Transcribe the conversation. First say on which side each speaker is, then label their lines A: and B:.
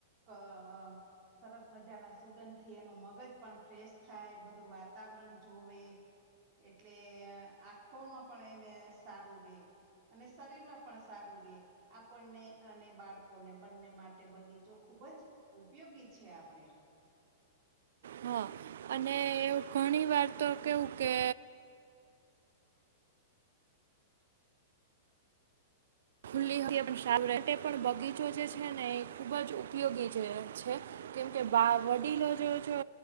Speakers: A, on the right; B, on the right.
A: હા સરસ મજાના સુગંધ થી એનું મગજ પણ ફ્રેશ થાય બધું વાતાવરણ જોવે એટલે આખોમાં પણ એને સારું રે અને શરીરમાં પણ સારું રે આપણને અને બાળકોને બંને માટે બગીચો ખૂબ જ ઉપયોગી છે આપડે
B: હા અને એ ઘણી વાર તો કેવું કે ખુલ્લી સા તે પણ બગીચો જે છે ને એ ખુબ જ ઉપયોગી જે છે કેમકે વડીલો જો છો